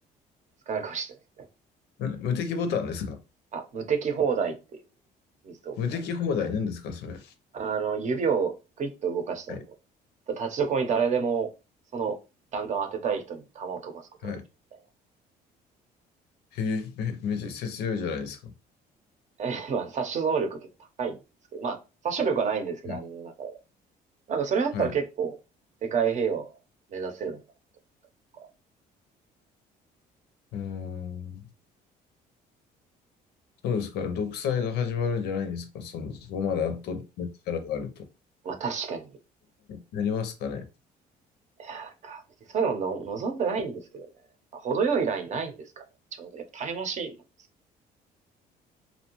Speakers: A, on the right; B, on the left.
A: 使われるかもしれないですね。
B: ン。ん無敵ボタンですか
A: あ、無敵放題っていう秘密道具が
B: 無敵放題なんですかそれ。
A: あの、指をクイッと動かしたらもう、
B: はい。
A: 立ちどころに誰でも、その弾丸を当てたい人に弾を飛ばすことができるみ
B: はい。へえ、め、めちゃくちゃ強いじゃないですか。
A: たいな。<laughs> え、まあ、殺傷能力結構高いんですけど、まあ、殺傷力はないんですけど、
B: はい。
A: アニメの中で。なんかそれあったら結構、
B: はい。
A: 世界平和を目指せるのかなとか。
B: うーん。そうですか。独裁が始まるんじゃないんですか。その、そこまで圧倒的な力があると。
A: まあ確かに、い
B: なりますかね。
A: やなんか、別にそういうのの望んでないんですけどね。程よいラインないんですかね。ちょうど。やっぱタイムマシーンなんです